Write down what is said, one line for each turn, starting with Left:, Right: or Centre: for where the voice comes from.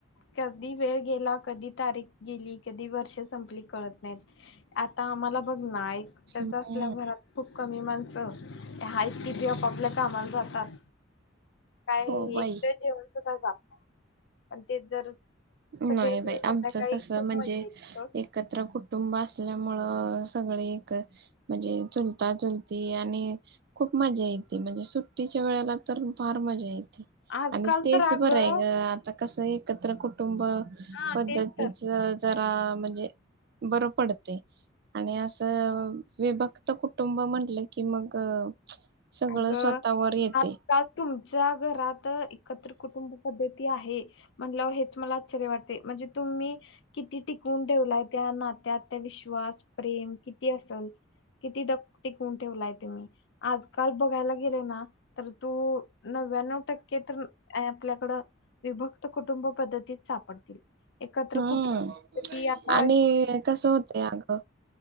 Left: कधी वेळ गेला कधी तारीख गेली कधी वर्ष संपली कळत नाहीत आता आम्हाला बघ ना एक
Right: हम्म
Left: ट असल्यावर घरात खूप कमी माण् स ती हायीत ती ती आप‌आपल्या कामाला जाताात. काय
Right: हो बाई
Left: एकट जेवन सुद्धा जात नाय पण तेच जर सगळे
Right: नाही
Left: मिळून
Right: बाई आमचं
Left: संध्याकाळी
Right: कस
Left: खूप
Right: म्हणजे
Left: मजा येते सोड
Right: एकत्र कुटुंब असल्यामुळं सगळी एक म्हणजे चुलता चुलती आणि खूप मजा येते म्हणजे सुट्टीच्या वेळेला तर फार मजा ये
Left: आजकाल
Right: आणि तेच
Left: तर अगं
Right: बरं हाय गं आता कसं एकत्र कुट् टुंब
Left: हा
Right: पद्धतीच
Left: तेच तर
Right: जरा म्हणजे बर पडतंय आणि असं विभक्त कुटुंब म्हटलं की मग सगळं
Left: अगं
Right: स्वतःवर येते
Left: आजकाल तुम् च्या घरात एकत्र कुटुंब पद्धती आहे म्हणल्याव हेच मला आश्चर्य वाटतय म्हणजे तुम्ही किती टिकवून ठेवलाय त्या नात् त्यात त्या विश्वास प्रेम किती असल? किती टक टिकवून ठेवलाय तुम्ही आज काल बघायला गेले ना तर तू नव्यानव टक् के तर आहे आपल्याकडं विभक्त कुटुंब पद्धतीत सापडतील. एकत्र
Right: हम्म
Left: कुटुंब ती आता
Right: आणि कस होतय अगं